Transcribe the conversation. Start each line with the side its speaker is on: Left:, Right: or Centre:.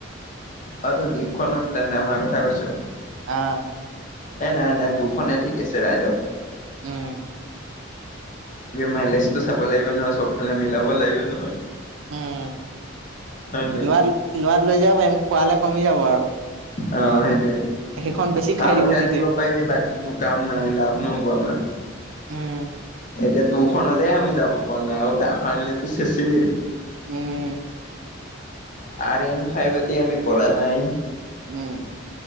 Left: অ দক্ষীণ তেনে আমাৰ কথা কৈছ। <unintelligible>
Right: আহ
Left: এ নাই নাই তুৰখনে ঠিক আছে ৰাইড।
Right: উম
Left: মাইলেজটো চাব লাগিব নহয় চব ফালে মিলাব লাগিব নহয়।
Right: উম
Left: হয় নাই
Right: লৰা লাৰক লৈ যাব পাৰিম। খোৱালে কমি যাব আৰু।
Left: অ সেইটোয়ে।
Right: সেইখন বেছি
Left: চালহে
Right: খাই দিব তেতিয়া।
Left: যিব পাৰিবি বাকিটো কাম নাই লাভ নহ'ব আমাৰ।
Right: উম।
Left: এতিয়া তোৰখনতে আমি যাব পৰা নাই, আৰু এটা আহ আনিলেতো চেইচেই।
Right: উম।
Left: আৰেন। খাই পাতি আমি পৰা নাই
Right: উম,